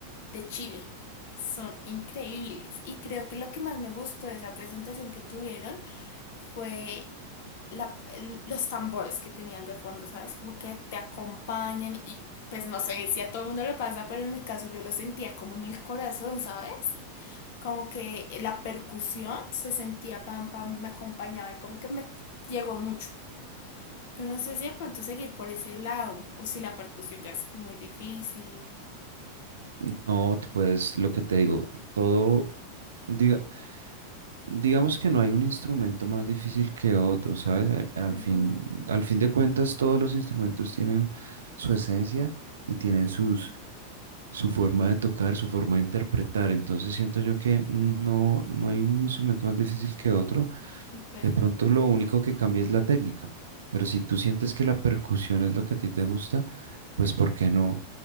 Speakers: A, on the left; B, on the right.
A: de Chile. Son increíbles. Y creo que lo que más me gustó de esa presentación que tuvieron fue la- los tambores que tenían de fondo, ¿sabes? Como que te acompañan y pues no sé si a todo el mundo le pasa, pero en mi caso yo lo sentía como en el corazón, ¿sabes? Como que la percusión se sentía pam pam, me acompañaba y como que me llegó mucho. Yo no sé si de pronto seguir por ese lado o si la percusión ya es muy difícil.
B: no, pues lo que te digo, todo, diga. Digamos que no hay un instrumento más difícil que otro, ¿sabes? Al, al
A: Ujú,
B: fin, al fin de cuentas, todos los instrumentos tienen su esencia y tienen sus, su forma de tocar, su forma de interpretar. Entonces siento yo que no, no hay un instrumento más difícil que otro.
A: Ok.
B: De pronto lo único que cambia es la técnica, pero si tú sientes que la percusión es lo que a ti te gusta, pues ¿por qué no